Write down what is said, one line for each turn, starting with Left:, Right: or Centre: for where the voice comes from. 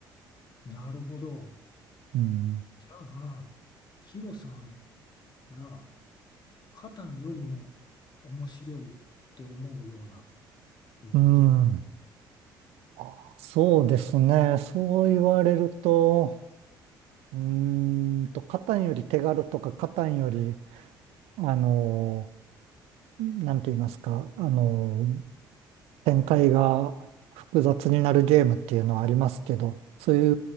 Left: なるほど。
Right: うん。
Left: じゃあ、ヒロさんがカタンよりも面白いって思うようなのゲーム。
Right: うん。あそうですね。そう言われると、うーんと、カタンより手軽とか、カタンより、あのなんて言いますか、あの、展開が複雑になるゲームっていうのはありますけど、そうい